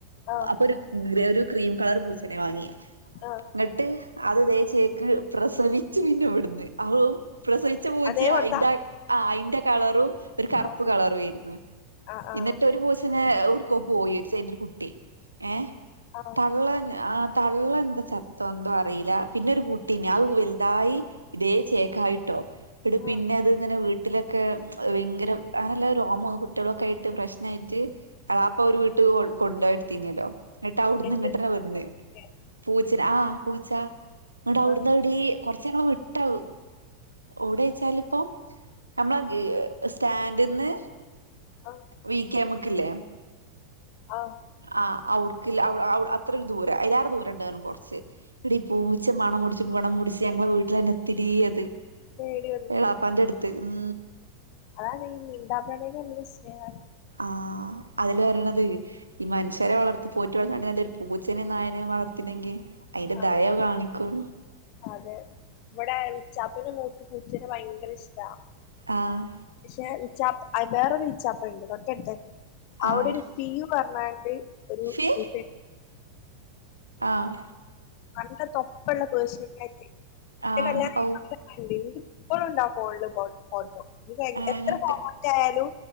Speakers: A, on the left; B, on the right.
A: ആ
B: അപ്പൊരു ഗ്രെരു ക്രീം കളർ പൂച്ചെനെ വാങ്ങി
A: ആഹ്
B: ന്നെട്ട് അത് ദേച്ചേക്ക് പ്രസവിച്ച് പിന്നെവ്ട്ന്ന് അൗ പ്രസവിച്ച പൂ
A: അതെ
B: സി
A: വർത്താ
B: അയ്ന്റാ അയ്ൻ്റെ കളറും ഒരു കറുപ്പ്
A: ആ
B: കളററ്യേര്ന്നു
A: ആ ആ
B: ഇന്നട്ടൊരു പൂ ത്ത്നേ ഒടക്കോ പോയി ച്ചേടൊരു കുട്ടി ഏഹ്
A: ആ ആ
B: തള്ള ആ തള്ളെന്താ ചത്തോ എന്തോ അറീലി പിന്നൊരു കുട്ട്യേന്യഅ് വെല്തായി ഇതേ ചേക്കായിട്ടോ ന്നട് പിന്നത്ങ്ങനെ
A: ആ
B: വീട്ട്ലൊക്കെ ഭയ്ങ്കരം അങ്ങനെല്ല രോമോം കുട്ട്യളൊക്കായ്ട്ട് പ്രെശ്നായ്ട്ട് എളാപ്പൊരു വീട്ട് കൊ കൊണ്ടോയൊട്ത്തീന്യെലോ ന്നട്ടവ്ട്ന്ന്
A: എന്ത്
B: ങ്ങട്ടെനെ വെന്ന്
A: സ്നേ-
B: പൂച്ചന് ആഹ് പൂച്ച ന്നട്ടവ്ടന്നടീ
A: ആ
B: കൊറച്ചങ്ങൾ വിട്ടാ ഒവ്ടേച്ചാൽപ്പം നമ്മളെ സ്റ്റാൻഡ്ന്ന്
A: ആ
B: വിക്കേമ്ക്ക്ല്ലേ
A: ആ
B: ആഹ് അവ്ട്ക്ക്ല്ലെ അൗ അത്രെക്കെ ദൂരം അയ്ലാറെ ദൂരെണ്ടർഞ്ഞ് കൊറ്ച്ച് ടീ പൂച്ച മണം മുട്ച്ച് മണം മുട്ച്ച് ഞങ്ങളെ വീട്ടിലെന്നെ എത്ത്യെടീയത്
A: തേടി
B: എളാപ്പാന്റെട്ത്ത് ഉം
A: അണീ മീണ്ടാപ്രാണ്യാൾക്ക് നല്ല സ്നേഹാണ്
B: ആഹ് അതല്ലേ വറിണത് ഈ മനുഷ്യരെ വളർത്തി പോറ്റി വളർത്തിനെക്കാട്ടി നല്ലരു പൂച്ചനെം നായനെം വളർ ത്ത്ണെങ്കി അയ്ന്റെ
A: അതെ
B: ദയ കാണിക്കും
A: അതെ വടെ വിച്ചാപ്പന്റെ മോക്ക് പൂച്ചനെ ഭയ്ങ്കെരെഷ്ടാ
B: ആഹ്
A: പക്ഷെ ഇച്ചാപ്പ് അയ് വെറൊരു ഇച്ചാപ്പണ്ട് തൊട്ടട്ത്തന്നെ അവിടെരു
B: ആഹ്
A: സിയുന്ന് പർഞ്ഞാണ്ട് ഒരു
B: ഫി
A: പൂച്ചെ
B: ആഹ്
A: നല്ല തൊപ്പള്ളെ പേർഷ്യൻ ക്യാറ്റ് ഇന്റെ
B: ആഹ്
A: കല്യാണം
B: ഔ
A: കഴിഞ്ഞ ണ്ട് ഇൻക്ക് ഇപ്പളുണ്ട് ആ ഫോൺല് ഫോട്ടോ ത് കഴിഞ് എത്ര
B: അങ്ങട്ട്
A: ഫോർമെൽറ്റ് ആയാലും